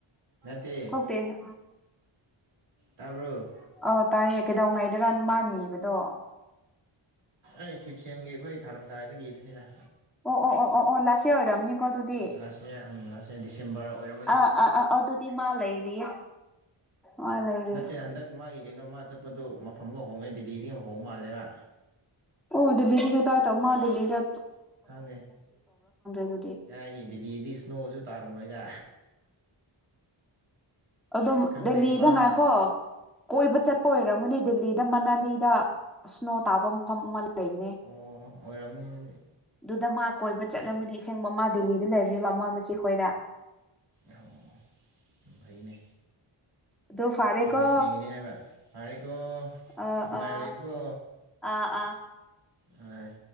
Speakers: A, on the right (about 85°); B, in the centre.
A: ꯅꯠꯇꯦ
B: ꯊꯣꯛꯇꯦꯅ
A: ꯇꯥꯕ꯭ꯔꯣ
B: ꯑ ꯇꯥꯏꯌꯦ ꯀꯩꯗꯉꯩꯗꯔ ꯃꯥ ꯅꯤꯕꯗꯣ
A: ꯑꯩ ꯐꯤꯞꯁꯦꯝꯒꯤ ꯑꯩꯈꯣꯏ ꯊꯥꯔꯝꯗꯥꯏꯗꯗꯒꯤꯗꯅꯤꯅ
B: ꯑꯣ ꯑꯣ ꯑꯣ ꯑꯣ ꯑꯣ ꯂꯥꯥꯁ ꯑꯣꯏꯔꯝꯅꯤꯀꯣ ꯑꯗꯨꯗꯤ
A: ꯂꯥꯁ ꯏꯌꯥꯔ ꯎꯝ ꯂꯥꯁ ꯏꯌꯥꯔ ꯗꯤꯁꯦꯝꯕꯔ ꯑꯣꯏꯔꯝꯃꯅꯤ
B: ꯑꯥ ꯑꯥ ꯑꯥ ꯑꯗꯨꯗꯤ ꯃꯥ ꯂꯩꯔꯤꯌꯦ ꯃꯥ ꯂꯩꯔꯤ
A: ꯅꯠꯇꯦ ꯍꯟꯗꯛ ꯃꯥꯒꯤ ꯀꯩꯅꯣ ꯃꯥ ꯆꯠꯄꯗꯣ ꯃꯐꯝꯒ ꯍꯣꯡꯉꯦ ꯗꯤꯜꯂꯤꯗꯒꯤ ꯍꯣꯡꯉ ꯃꯥ ꯃꯥꯂꯦꯝꯂꯕ
B: ꯑꯣ ꯗꯜꯂꯤ ꯀꯗ ꯆꯧꯃ ꯗꯜꯂꯤꯗ
A: ꯈꯪꯗꯦ
B: ꯑꯗꯨꯗꯤ
A: ꯌꯥꯒꯤ ꯗꯗꯤꯜꯂꯤꯗꯤ ꯏꯁꯅꯣꯁꯨ ꯇꯥꯔꯝꯃꯣꯏꯗ
B: ꯑꯗꯨꯝ
A: ꯈꯪꯗꯦ
B: ꯗꯦꯜꯂꯤꯗ
A: ꯃꯥ
B: ꯉꯥꯏꯈꯣ ꯀꯣꯏꯕ ꯆꯠꯄ ꯑꯣꯏꯔꯝꯒꯅꯤ ꯦꯜꯂꯤꯗ ꯃꯅꯥꯂꯤꯗ ꯁꯅꯣ ꯇꯥꯕ ꯃꯐꯝ ꯑꯃ ꯂꯩꯕꯅꯦ
A: ꯑꯣ ꯑꯣꯏꯔꯝꯅꯤ ꯑꯗꯨꯗꯤ
B: ꯑꯗꯨꯗ ꯃꯥ ꯀꯣꯏꯕ ꯆꯠꯂꯝꯒꯗꯤ ꯑꯁꯦꯡꯕ ꯑꯃ ꯗꯦꯜꯂꯤꯗ ꯂꯩꯔꯝꯅꯦꯕ ꯑꯃ ꯃꯆꯦꯈꯣꯏꯗ
A: ꯑꯣ ꯑꯗꯨ ꯐꯩꯅꯦ
B: ꯑꯗꯨ ꯐꯔꯦꯀꯣ
A: ꯃꯅꯦꯁ ꯃꯦꯟꯒꯤꯅꯤ ꯍꯥꯏꯕ ꯐꯔꯦꯀꯣ
B: ꯑꯥ
A: ꯅꯨꯡꯉꯥꯏ
B: ꯑꯥ
A: ꯂꯩꯕꯀꯣ
B: ꯑꯥ ꯑꯥ
A: ꯑ